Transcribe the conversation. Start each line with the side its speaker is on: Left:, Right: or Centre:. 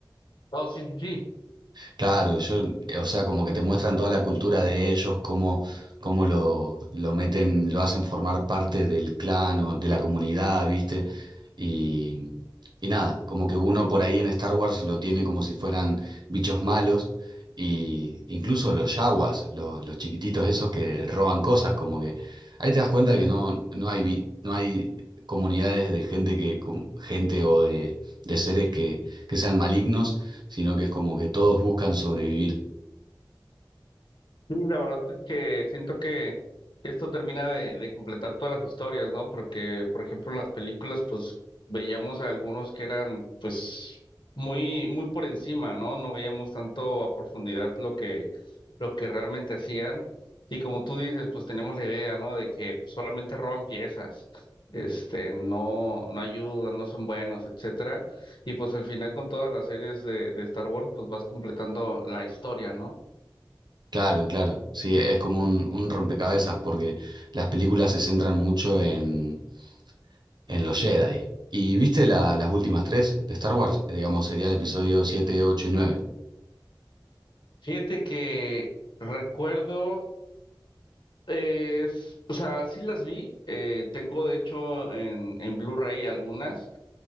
Left: Oh, sí, sí, sí.
Right: Claro, yo, eh, o sea, como que te muestran toda la cultura de ellos, cómo, cómo lo, lo meten, lo hacen formar parte del clan o de la comunidad, ¿viste? Y, y nada, como que uno por ahí en Star Wars lo tiene como si fueran bichos malos, y incluso los yaguas, los, los chiquititos esos que roban cosas, como que ahí te das cuenta que no, no hay, vi- no hay comunidades de gente que, com- gente o de, de seres que, que sean malignos sino que es como que todos buscan sobrevivir.
Left: Sí, la verdad es que siento que esto termina de, de completar todas las historias, ¿no? Porque, por ejemplo, en las películas, pues veíamos a algunos que eran, pues, muy, muy por encima, ¿no? No veíamos tanto a profundidad lo que, lo que realmente hacían. Y como tú dices, pues tenemos la idea, ¿no? De que pues, solamente roban piezas, este, no, no ayudan, no son buenos, etcétera. Y pues al final con todas las series de, de Star Wars, pues vas completando la historia, ¿no?
Right: Claro, claro, sí, es como un, un rompecabezas porque las películas se centran mucho en, en los Jedi. ¿Y viste la- las últimas tres de Star Wars? Digamos, sería el episodio 7 8 y nueve
Left: Fíjate que recuerdo, eh, s- o sea, sí las vi, eh, tengo de hecho en, en Blu-ray algunas,